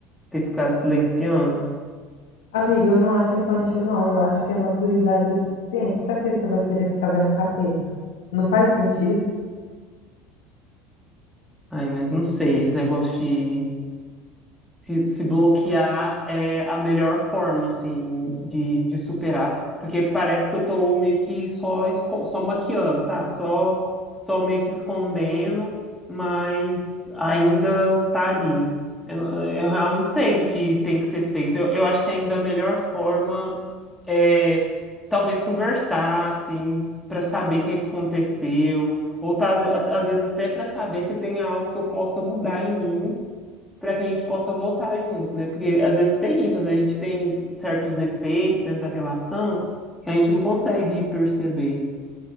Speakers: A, in the centre; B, on the left.
A: ter que ficar silenciando?
B: Amiga, eu não acho infantil, não. Eu acho que é maturidade o suficiente. Pra que você vai querer ficar vendo capeta? Não faz sentido?
A: Ai, mas não sei, esse negócio de se, se bloquear é a melhor forma, assim, de, de superar. Porque parece que eu tô meio que só, esco- só maquiando, sabe? Só, só meio que escondendo, mas ainda tá ali. Eu, eu, eu não sei o que, que tem que ser feito. Eu, eu acho que ainda a melhor forma. é, talvez conversar, assim, para saber o que aconteceu, ou tá- às vezes até para saber se tem algo que eu possa mudar em mim para que a gente possa voltar junto, né? Porque às vezes tem isso, às vezes a gente tem certos defeitos dentro da relação que a gente não consegue perceber.